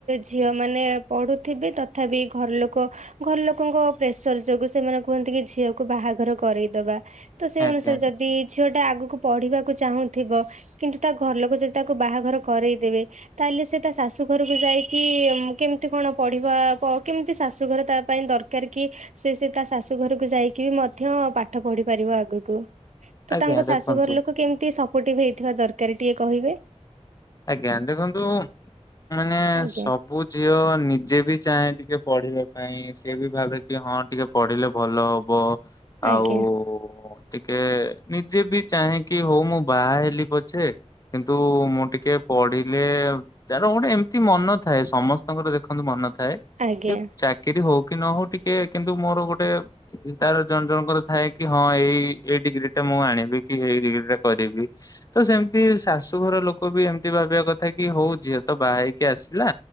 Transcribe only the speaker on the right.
ଝିଅମାନେ ପଢ ଥିବେ ତଥାପି ଘର ଲୋକ ଘରଲୋକଙ୍କ ପ୍ରେସର ଯୋଗୁଁ ସେମାନେ କୁହନ୍ତି କି ଝିଅକୁ ବାହାଘର କରଦିଅ। କରିଦବା ତ ସେଇ
ଅନୁସାରେ ଯଦି ଝିଅଟା ଆଗ ପଢିବାକୁ ଚାହୁଁଥିବ କିନ୍ତୁ ତା ଘର ଲୋକ ଯଦି ତାକୁ ବାହାଘର କରେଇଦେବେ ତାହେଲେ ସେ ତା ଶାଶୁ ଘରକୁ ଯାଇକି କେମିତି କଣ ପଢିବା କ କେମିତି ଶାଶୁଘର ତା ପାଇଁ ଦରକାର କି ରେ ସେ ତା ଶାଶୁ ଘରକୁ ଯାଇକି ବି ମଧ୍ୟ ପାଠ ପଢି ପାରିବ ଆଗୁକୁ। ତ
ତାଙ୍କ ଶାଶୁଘର
ଲୋକ କେମିତି ସପୋର୍ଟିଭ ହେଇଥିବା ଦରକାର ଟିକେ କହିବେ।
ଆଜ୍ଞା
ଆଜ୍ଞା
ଆଜ୍ଞା